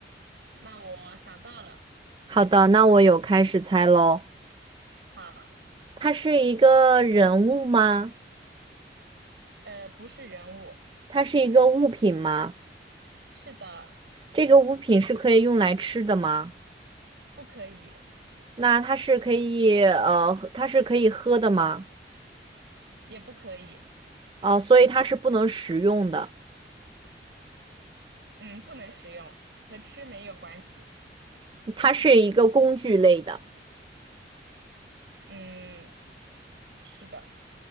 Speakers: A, on the right; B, on the right.
A: 那我想到了，
B: 好的，那我有开始猜喽。
A: 好，
B: 它是一个人物吗？
A: 呃，不是人物，
B: 它是一个物品吗？
A: 是的，
B: 这个物品是可以用来吃的吗？
A: 不可以，
B: 那它是可以呃，它是可以喝的吗？
A: 也不可以，
B: 哦、所以它是不能食用的，
A: 嗯，不能使用，和吃没有关系，
B: 它是一个工具类的。
A: 嗯，是的，